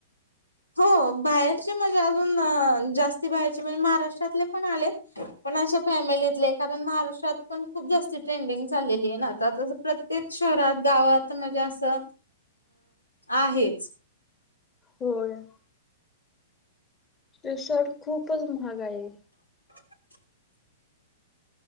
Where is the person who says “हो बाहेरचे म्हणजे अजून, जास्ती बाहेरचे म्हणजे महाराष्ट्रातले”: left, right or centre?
Left